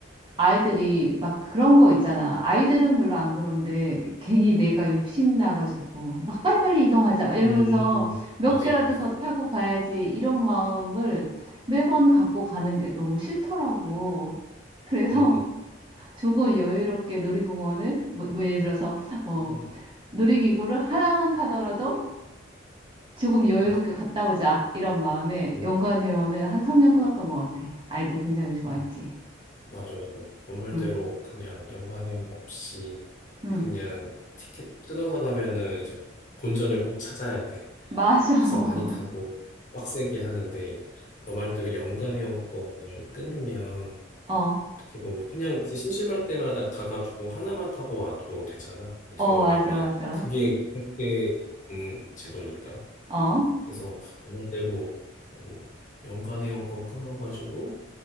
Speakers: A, on the right (about 25°); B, on the left (about 40°).
A: 아이들이 막 그런 거 있잖아. 아이들은 별로 안 그런데 괜히 내가 욕심 나가지고 막 빨리빨리 이동하자 이러면서
B: 음,
A: 몇
B: 맞아,
A: 개라도
B: 맞아.
A: 더 타고 가야지 이런 마음을 매번 갖고 가는 게 너무 싫더라고. 그래서
B: 음, 음,
A: <laughs> 조금 여유롭게 놀이공원을 뭐, 뭐 예를 들어서 뭐
B: 음,
A: 놀이기구를 하나만 타더라도 조금 여유롭게
B: 맞아.
A: 갔다 오자 이런 마음에
B: 음,
A: 연간회원을 한 3년 끊었던 것 같아. 아이들 굉장히 좋아했지.
B: 음, 맞아, 맞아. 너 말대로
A: 응,
B: 그냥 연관형 없이
A: 응,
B: 그냥 티켓 끊어서 가면은 이제 본전을 꼭 찾아야 돼.
A: 맞아. <laughs>
B: 그래서 많이 타고 빡세게 하는데 너 말대로 연관형 거를 끊으면
A: 어.
B: 어떻게 보면 그냥 이제 심심할 때마다 가가지고 하나만 타고 와도 되잖아. 어떻게
A: 어,
B: 보면은
A: 맞아, 맞아.
B: 그게 그렇게 된 제도니까.
A: 어,
B: 그래서 그 말대로 어, 연간의 연권 끊어가지고